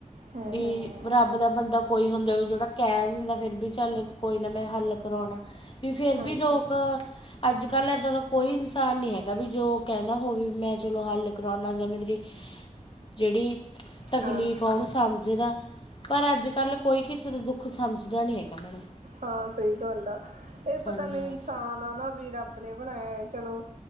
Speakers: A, on the right; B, on the left.
A: ਹਮ
B: ਵੀ
A: ਹਮ
B: ਰੱਬ ਦਾ ਬੰਦਾ ਕੋਈ ਹੁੰਦਾ ਜਿਹੜਾ। ਕਹਿ ਦਿੰਦਾ ਫਿਰ ਵੀ ਚੱਲ ਕੋਈ ਨਾ ਮੈਂ ਹੱਲ ਕਰਾਉਣਾ। ਵੀ ਫਿਰ
A: ਹਾਂਜੀ
B: ਵੀ ਲੋਕ ਅੱਜ ਕੱਲ੍ਹ ਇਹਦਾਂ ਦਾ ਕੋਈ। ਇਨਸਾਨ ਨਹੀਂ ਹੈਗਾ ਵੀ ਜੋ ਕਹਿੰਦਾ ਹੋਵੇ ਮੈਂ ਚਲੋ ਹੱਲ ਕਰਾਉਦਾ ਜਾਂ ਮੇ ਤੇਰੀ ਜਿਹੜੀ ਤਕਲੀਫ਼
A: ਹਾਂ
B: ਆ ਉਹਣੂੰ ਸਮਝ ਦਾ ਪਰ ਅੱਜ ਕੱਲ ਕੋਈ ਕਿਸੇ ਦਾ ਦੁੱਖ ਸਮਝਦਾ ਨੀ ਹੈਗਾ ਮੈਡਮ
A: ਹਾਂ ਸਹੀ ਗੱਲ ਆ ਇਹ ਪਤਾ
B: ਹਾਂਜੀ
A: ਨਹੀਂ
B: ਹਾਂ
A: ਇਨਸਾਨ ਆ ਨਾ ਵੀਰਾ ਨੇ ਬਣਾਇਆ ਹੈ ਚਲੋ